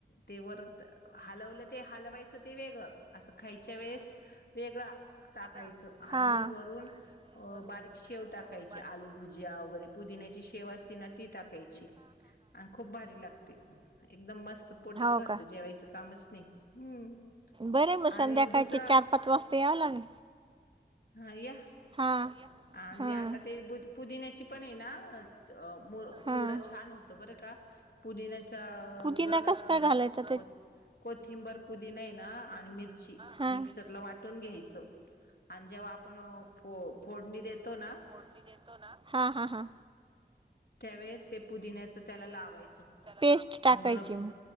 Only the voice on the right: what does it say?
असं
वरून
ती
बरंय मग
संध्याकाळचे
चार पाच वाजता यावं लागलं.
हां.
हां.
हां.
पुदिना
कस
काय
घालायचा
हा
फोडणी देतो ना हा हा हा.
पेस्ट
टाकायची
म